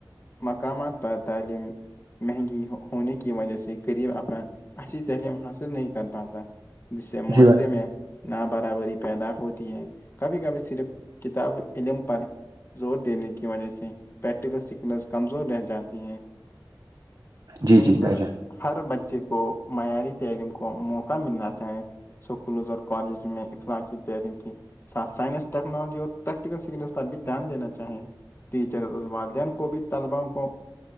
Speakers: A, on the left; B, on the right.
A: مقامات پر تعلیم مہنگی ہونے کی وجہ سے غریب افراد ایسی تعلیم حاصل نہیں کر پاتا جسے
B: جی
A: معاشرے
B: جی بھائی جان،
A: میں نا برابری پیدا ہوتی ہے کبھی کبھی صرف کتاب علم پر زور دینے کی وجہ سے پریکٹیکل سکنز کمزور رہ جاتی ہیں
B: جی
A: بہتر
B: جی بھائی جان
A: ہر بچے کو معیاری تعلیم کو موقع ملنا چاہیں اسکولز اور کالج میں اخلاقی تعلیم کیھی ساتھ سائنس ٹیکنالوجی اور پریکٹیکل سکلس پر بھی دھیان دینا چاہیں ٹیچر اور والدین کو بھی طلبا کو